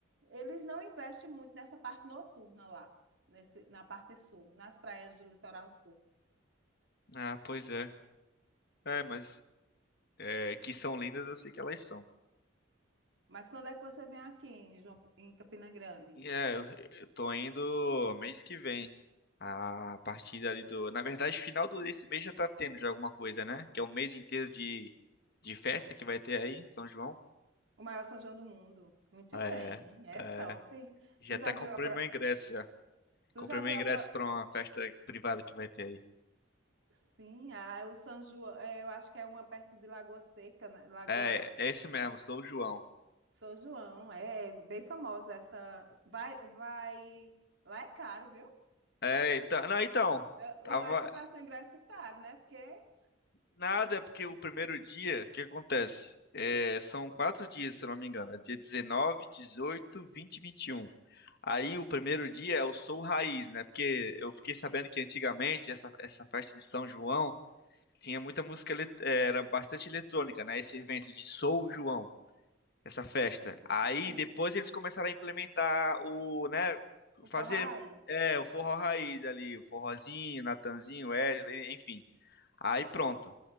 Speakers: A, on the right; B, on the left.
A: eles não investem muito nessa parte noturna lá, nesse, na parte sul, nas praias do litoral sul.
B: Ah, pois é. É, mas é, que são lindas, eu sei que elas são.
A: Mas quando é que você vem aqui em, João- em Campina Grande?
B: E É, eu eu tô indo mês que vem. A partir ali do. Na verdade, final do- desse mês já tá tendo já alguma coisa, né? Que é um mês inteiro de, de festa que vai ter aí, em São João.
A: O maior São João do mundo. Muito
B: É,
A: bem, é
B: é.
A: top.
B: Já
A: Tu
B: até
A: já
B: comprei
A: viu a pro...
B: meu ingresso já.
A: Tu
B: Comprei
A: já
B: meu
A: viu
B: ingresso
A: a pro...
B: pra uma festa privada que vai ter aí.
A: Sim, ah, o São João, é, eu acho que é uma perto de Lagoa Seca, né? Lagoa
B: É, é esse mesmo, sou o João.
A: São João, é, é bem famosa essa. Vai, vai. Lá é caro, viu?
B: É, então. Não, então.
A: É,
B: Tava.
A: o- A comprar seu ingresso é caro, né? Porque.
B: Nada, é porque o primeiro dia, o que acontece? É, são quatro dias, se eu não me engano. É dia dezenove dezoito vinte e vinte e um Aí o primeiro dia é o Sol Raiz, né? Porque eu fiquei sabendo que antigamente essa, essa festa de São João tinha muita música, elet- eh, era bastante eletrônica, né? Esse evento de Sou João, essa festa.
A: Sim,
B: Aí
A: sim.
B: depois eles começaram a implementar o, né?
A: O
B: Fazer,
A: forró raiz.
B: é, o forró raiz ali, o forrozinho, Natanzinho, Wesley, enfim. Aí pronto.